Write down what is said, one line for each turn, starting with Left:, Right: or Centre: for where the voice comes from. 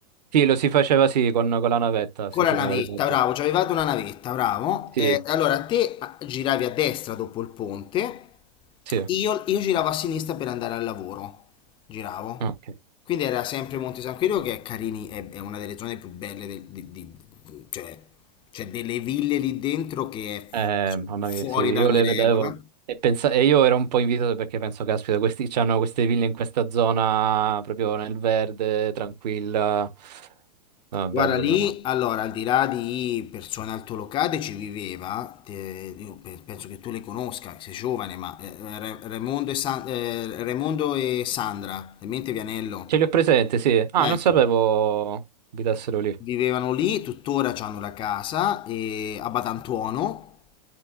Right: Sì, lo si faceva sì, con, con la navetta,
Left: Con
Right: sì,
Left: la
Right: sì,
Left: navetta,
Right: me lo ricordo.
Left: bravo, ci avevate una navetta, bravo.
Right: Sì,
Left: Eh, allora te ah, giravi a destra dopo il ponte,
Right: sì,
Left: io, io giravo a sinistra per andare al lavoro, giravo.
Right: ok.
Left: Quindi era sempre Monte San Chirico che è carini, è, è una delle zone più belle, del- di- di- cioè c'è delle ville lì dentro che è
Right: Eh,
Left: fu-
Right: mamma
Left: fuori
Right: mia, sì, io
Left: da ogni
Right: le
Left: regola.
Right: vedevo e, pensa- e io ero un po' invidioso perché penso, caspita, questi c'hanno queste ville in questa zona proprio nel verde, tranquilla. Ah, bello,
Left: Guarda lì,
Right: bello.
Left: allora, al di là di persone altolocate ci viveva, te- io pe- penso che tu le conosca, sei giovane, ma eh, Re- Raimondo e, San- eh, Raimondo e Sandra, in mente Vianello,
Right: Ce li ho presente, sì. Ah,
Left: ecco,
Right: non sapevo abitassero lì.
Left: vivevano lì, tuttora hanno la casa eh, a Batantuono